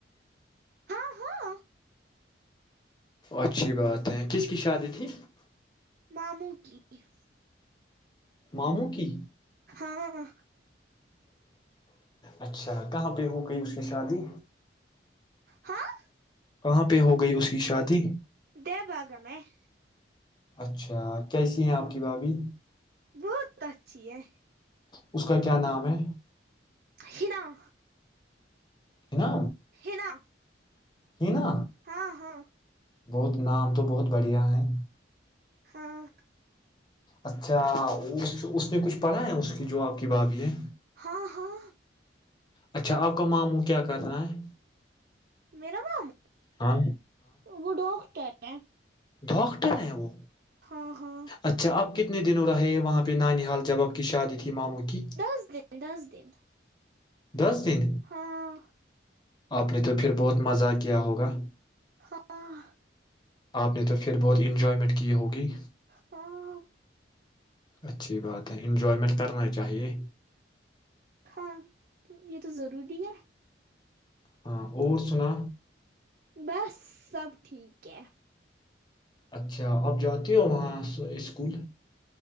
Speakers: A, on the right (about 50°); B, on the left (about 25°).
A: ہاں ہاں
B: اچھی بات ہے کس کی شادی تھی
A: معمو کی جی <inaudible>
B: مامو کی
A: ہاں <inaudible>
B: اچھا کہاں پہ ہو گئی اس کی شادی
A: ہاں
B: کہاں پہ ہو گئی اس کی شادی
A: د بھاگ میں ہے
B: اچھا کیسی ہیں آپ کی بھاابھی
A: بہت اچھی ہے
B: اس کا کیا نام ہے
A: ہیناا
B: ہے نا
A: ہےلاا
B: ہی نا
A: ہاں ہاں
B: بہت نام تو بہت بڑھیا ہیں
A: ہاں
B: اچھا اس اس نے کچھ پڑھا ہے اس کی جو آپ کی بھابھی ہے
A: ہاں ہاں
B: اچھا آپ کا ماموں کیا کر رہا ہے
A: میرا نام
B: ہاں
A: وہ ڈاکٹر ہے
B: دکٹ نہیں ہے وہ
A: ہاں ہاں
B: اچھا آپ کتنے دنوں رہے وہاں پہ نانی حال جباب کی شادی تھی ماموں کی
A: دس دن دس دن
B: دس دن
A: ہاں
B: آپ نے تو پھر بہت مزہ کیا ہوگا
A: ہاں
B: آپ نے تو پھر بہت انجوائمنٹ کی ہوگی
A: ہاں
B: اچھی بات ہے انجوائمنٹ کرنا چاہیے
A: ہاں یہ تو ضروری ہے
B: ہاں اور سنا
A: بس سب ٹھیک ہے
B: اچھا آپ جاتی ہو وہاں اسکول